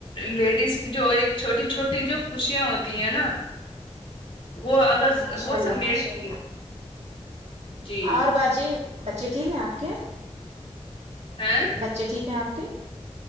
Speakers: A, on the left; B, on the right.
A: لیڈیز کی جو ایک چھوٹی چھوٹی جو خوشیاں ہوتی ہیں نا وہ اگر
B: جی ماشاء
A: وہ
B: اللہ
A: سمیٹتی
B: ماشاء اللہ
A: ہے جی
B: اور باجی بچے ٹھیک ہیں آپ کے
A: ہاں
B: بچے ٹھیک ہیں آپ کے